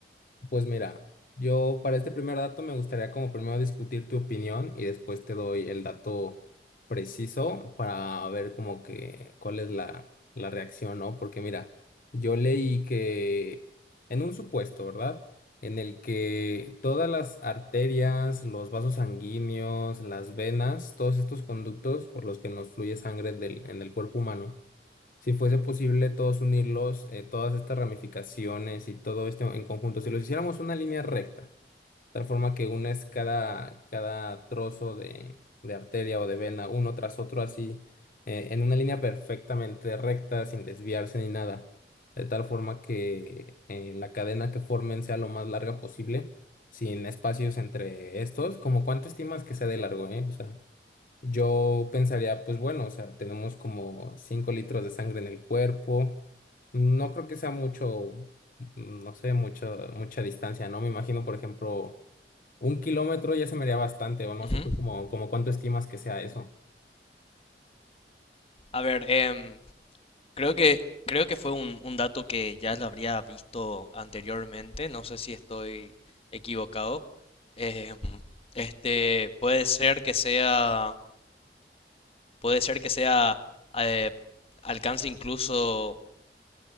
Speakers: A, on the left; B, on the left.
A: Pues mira, yo para este primer dato me gustaría como primero discutir tu opinión y después te doy el dato preciso para ver como que cuál es la, la reacción, ¿no? Porque mira, yo leí que en un supuesto, ¿verdad? En el que todas las arterias, los vasos sanguíneos, las venas, todos estos conductos por los que nos fluye sangre del, en el cuerpo humano, si fuese posible todos unirlos, eh, todas estas ramificaciones y todo esto en conjunto, si los hiciéramos una línea recta, tal forma que unes cada, cada trozo de, de arteria o de vena uno tras otro así, eh, en una línea perfectamente recta, sin desviarse ni nada, de tal forma que eh, la cadena que formen sea lo más larga posible, sin espacios entre estos, como cuánto estimas que sea de largo, ¿eh? O sea. Yo pensaría, pues bueno, o sea, tenemos como 5 litros de sangre en el cuerpo. No creo que sea mucho, mm, no sé, mucha, mucha distancia, ¿no? Me imagino, por ejemplo, un kilómetro ya se me haría bastante, o no
B: Ujú.
A: sé tú como, como cuánto estimas que sea eso.
B: A ver, em, creo que, creo que fue un, un dato que ya lo habría visto anteriormente, no sé si estoy equivocado. Em, este, puede ser que sea, puede ser que sea, eh, alcance incluso